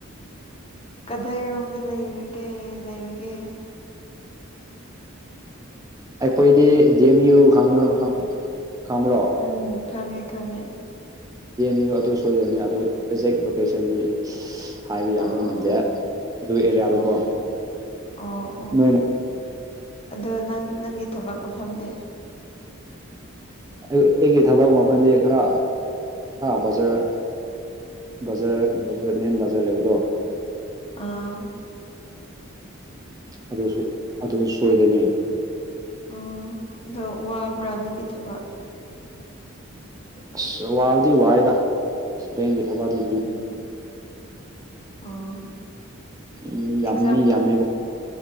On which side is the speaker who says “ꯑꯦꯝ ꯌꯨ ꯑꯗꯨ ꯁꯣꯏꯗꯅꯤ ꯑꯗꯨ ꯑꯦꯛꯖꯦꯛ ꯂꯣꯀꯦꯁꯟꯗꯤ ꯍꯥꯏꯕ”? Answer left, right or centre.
Right